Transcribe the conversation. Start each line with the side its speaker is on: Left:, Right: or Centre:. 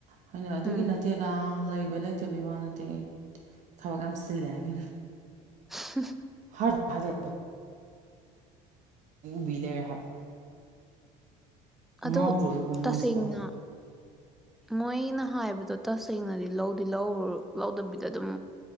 Right: <unintelligible> ꯑꯗꯨꯏ
Centre: ꯎꯝ
Right: ꯅꯠꯇꯦꯗꯥ ꯂꯩꯕꯩ ꯂꯩꯇꯕꯩ ꯋꯥ ꯅꯠꯇꯦ ꯑꯩ ꯊꯕꯛ ꯌꯥꯝ ꯁꯤꯜꯂꯦ ꯍꯥꯏꯒ
Centre: ꯍ
Right: ꯍꯔ ꯍꯔ ꯕꯤ ꯂꯩꯔ ꯍꯥꯏ
Centre: ꯑꯗꯣ
Right: ꯉꯥꯎꯔꯕ ꯃꯣꯏꯁꯤꯕꯨꯣ
Centre: ꯇꯁꯦꯡꯅ ꯃꯣꯏꯅ ꯍꯥꯏꯕꯗꯣ ꯇꯁꯦꯡꯅꯗꯤ ꯂꯧꯗꯤ ꯂꯧ ꯂꯧꯗꯕꯤꯗ ꯑꯗꯨꯝ